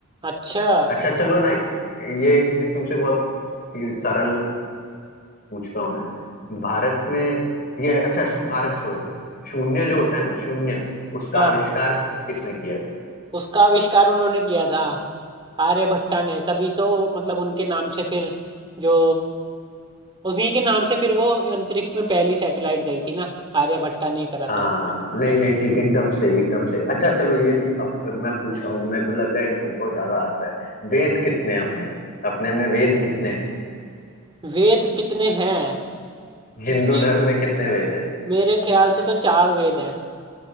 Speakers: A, on the right; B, on the left.
A: अच्छा
B: अच्छा चलो ना ये तुमसे बहुत सी- सरल पूछता हूँ मैं भारत में ये अच्छा भारत छोड़ो शून्य जो होता है ना शून्य उसका
A: हाँ
B: आविष्कार किसने किया था
A: उसका आविष्कार उन्होंने किया था आर्यभट्टा ने तभी तो मतलब उनके नाम से फिर जो उन्हीं के नाम से फिर वो अंतरिक्ष में पहली सैटेलाइट गई थी ना आर्यभट्टा ने ही करा
B: हाँ
A: था उसका आविष्कार।
B: नहीं नहीं ठीक एकदम सही एकदम सही अच्छा चलो ये भी अब अब मैं पूछ रहा हूँ मेरे को लग रहा है कि तुमको ज्यादा आता है वेद कितने हैं अपने अपने में वेद कितने हैं
A: वेद कितने हैं
B: हिंदू
A: मेरे
B: धर्म में कितने वेद है
A: मेरे ख्याल से तो चार वेद हैं